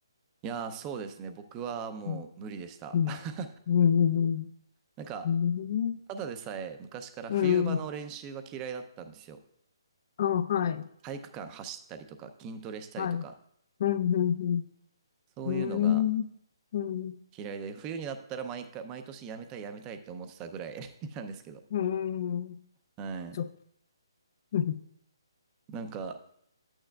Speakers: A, on the right; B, on the left.
A: いやー、そうですね。僕はもう無理でした。
B: うん、うん、
A: <laughs>
B: うん、
A: なんか、
B: うん、う
A: ただでさえ昔から冬場の練習は嫌いだったんですよ。
B: ん、うんあ、はい、
A: 体育館走ったりとか、筋トレしたりとか、
B: はい。うん、うん、
A: そういうのが
B: うん、うん、
A: 嫌いで、冬になったら毎回、毎年やめたいやめたいって思ってたぐらい <laughs> なんですけど。
B: うん、うん
A: はい。
B: そう、うん、
A: なんか、